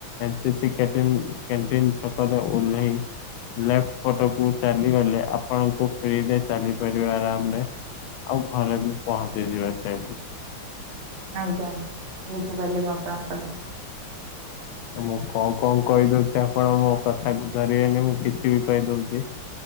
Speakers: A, on the left; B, on the right.
A: ଏନ୍ ସିସି କ୍ୟାଟିନ କାଣ୍ଟିନ ପାଖରେ ଓଲ୍ଲାଇ ଲେ ଫଟୋକୁ ଚାଲିଗଲେ ଆପଣଙ୍କୁ ଫରେ ଚାଲି ପାରିବ ଆରାମରେ ଆଉ ଘରେ ବି ପହଞ୍ଚିଯିବା ସେ
B: ଆଜ୍ଞା ଆଜ୍ଞା ବୁଝିପାରିଲି <unintelligible>
A: ମୁଁ କଣ କଣ କହିଦଉଛି ଆପଣ ମୋ କଥାକୁ ଧରିବେନି ମୁଁ କିଛି ବି କହି ଦଉଛି।